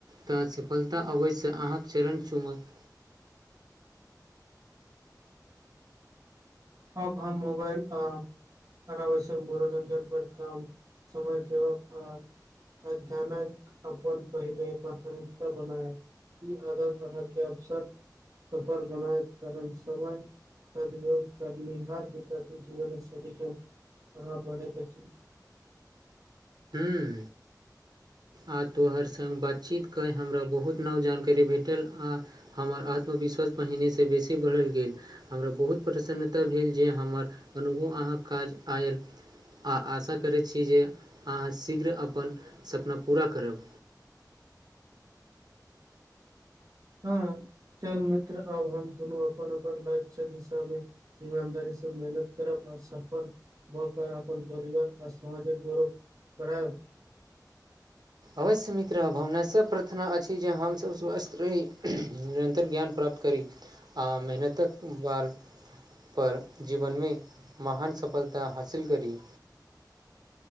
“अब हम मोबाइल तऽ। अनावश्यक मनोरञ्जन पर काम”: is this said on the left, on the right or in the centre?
Right